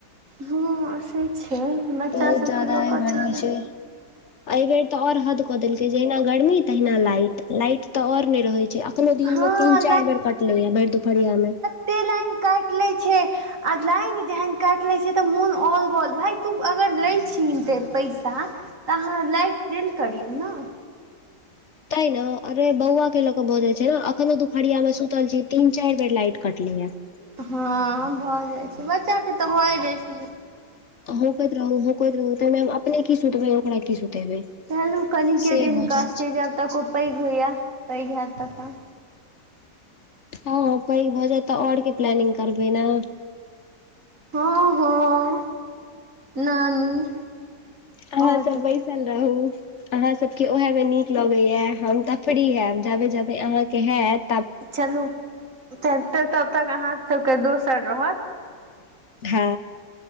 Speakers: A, on the right (about 45°); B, on the left (about 50°).
A: हँ से छै बच्चा
B: बहुत
A: सभके
B: ज्यादा
A: ल क
B: गर्मी छै एहि बेर तऽ आउर हद कऽ देलकै जहिना गर्मी, तहिना लाइट लाइट तऽ आओर नहि रहै छै एखनहुँ दिनमे
A: हँ
B: तीन-चारि बेर कटलै अय भरि दुपहरियामे।
A: के लाइन काटि लै छै। आ लाइन जहन काटि लै छै, तऽ मोन औल बौल भाय, जहन तु लै छि पैसा तऽ अहाँ लाइट देल करियौ न
B: तै न अरे बौआके लऽ कऽ भऽ जाय छै न अखनो दुपहरियामे सुतल छी, तीन-चारि बेर लाइट कटलै हं
A: हँ भऽ जाय छै बच्चाके तऽ भए जाय छलै
B: होकैत रहू होकैत रहु ताहिमे हम अपने की सुतबै ओकरा की सुतेबै
A: छलहुँ कनिके
B: से
A: दिन
B: भऽ
A: कष्ट
B: जाइ
A: छै जब तक ओ पैघ होइए पैघ हयैत तखन
B: हँ हँ, पैघ भऽ जाए तऽआओर के प्लानिंग करबै न
A: हँ हँ नानी
B: अहाँ
A: और
B: सब
A: ककर
B: बैसल रहू अहाँ सबके उएहे मे नीक लगैया हम तऽ फ्री हयब, जाबे जाबे अहाँक हेत
A: चलू तब तक अहाँ सबके दोसर रहत
B: हँ